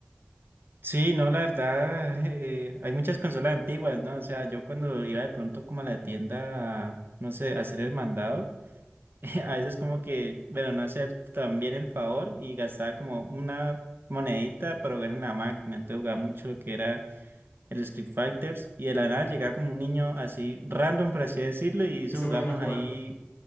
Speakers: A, on the right; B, on the left.
A: Sí, no, la verdad, eh, hay muchas consolas antiguas, ¿no? O sea, yo cuando iba de pronto como a la tienda, no sé, a hacer el mandado, <laughs> a veces como que, bueno, no hacía tan bien el favor y gastaba como una monedita para jugar en la máquina, entonces jugaba mucho lo que era... el Street Fighters, y de la nada llegaba como un niño así, random, por así decirlo, y eso
B: Y se
A: jugamos
B: ponían a jugar.
A: ahí,